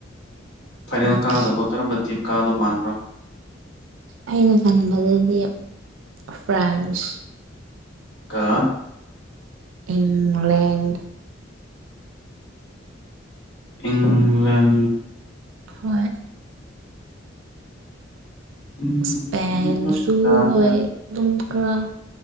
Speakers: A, on the left (about 65°); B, on the right (about 80°).
A: ꯐꯥꯏꯅꯦꯜ
B: ꯑꯣꯀꯦ
A: ꯀꯥꯗꯕ ꯀꯔꯝꯕ ꯇꯤꯝ ꯀꯥꯗꯕ ꯃꯥꯟꯕ꯭ꯔꯣ
B: ꯑꯩꯅ ꯈꯟꯕꯗꯗꯤ ꯐ꯭ꯔꯥꯟꯁ
A: ꯀ
B: ꯏꯪꯂꯦꯟ
A: ꯏꯪꯂꯟ
B: ꯍꯣꯏ
A: ꯎꯝ
B: ꯏꯁꯄꯦꯟꯁꯨꯨ
A: ꯌꯥꯔꯦ
B: ꯍꯣꯏ
A: ꯌꯥꯔꯦ
B: ꯑꯗꯨꯝ ꯈꯔ